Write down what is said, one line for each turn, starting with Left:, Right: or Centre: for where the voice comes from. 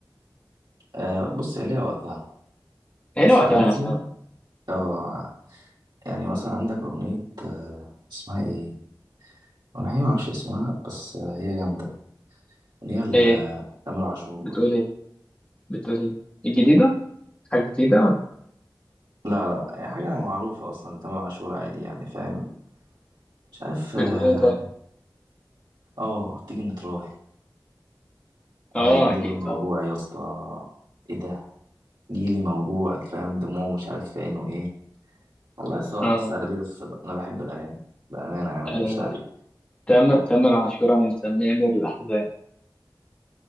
Right: أه بص هي ليها وقتها
Left: حلوه
Right: بس
Left: وقتها
Right: عن نفسي
Left: فعلا
Right: أنا- اه يعني مثلا عندك أغنية آه، اسمها إيه؟ أنا الحقيقة معرفش اسمها بس آه، هي جامدة أغنية لتامر
Left: ايه
Right: عاشور
Left: بتقول ايه بتقول ايه الجديده حاجه جديده ولا
Right: لا لا لا هي حاجة معروفة أصلا لتامر عاشور عادي يعني فاهم مش عارف
Left: بتقول
Right: آه
Left: ايه طيب
Right: آه، تيجي نتراهن
Left: اه
Right: أو هيجيلي
Left: اكيد
Right: بقى موجوع
Left: طبعا
Right: يا اسطى إيه ده؟ جيلي موجوع فاهم دموعه مش عارف في عينه إيه والله الصراحة
Left: اه,
Right: بس أغاني بس ب- أنا بحب الأغاني بأمانة يعني ما
Left: آه.
Right: أكدبش عليك
Left: تم تم العاشوره انا مسميه امير الاحزان